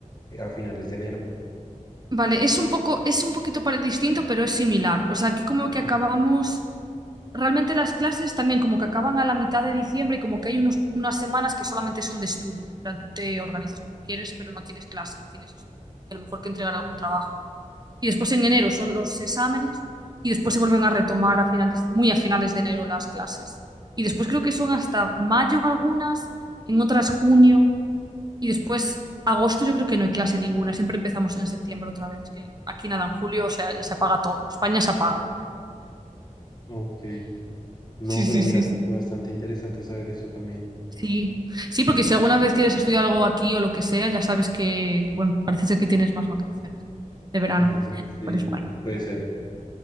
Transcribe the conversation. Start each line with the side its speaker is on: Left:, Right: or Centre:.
Left: eh, a finales de enero.
Right: Vale, es un poco, es un poquito pare- distinto, pero es similar. O sea, aquí como
Left: Sí.
Right: que acabamos, realmente las clases también como que acaban a la mitad de diciembre y como que hay unos, unas semanas que solamente son de estudio. En plan, tú te organizas como quieres, pero no tienes clase, tienes estudio. Y a lo mejor que entregar algún trabajo. Y después en enero son los exámenes y después se vuelven a retomar a finales, muy a finales de enero las clases. Y después creo que son hasta mayo en algunas, en otras junio. Y después, agosto yo creo que no hay clase ninguna, siempre empezamos en septiembre otra vez. Es que aquí nada, en julio, o sea, se apaga todo. España se apaga.
Left: Ok, no,
Right: Sí,
Left: pero
Right: sí,
Left: mira,
Right: sí, sí.
Left: bastante interesante saber eso también.
Right: Sí, sí, porque si alguna vez quieres estudiar algo aquí o lo que sea, ya sabes que, que, bueno, parece ser que tienes más vacaciones de verano,
Left: Ajá, Sí,
Right: lo cual es bueno.
Left: puede ser.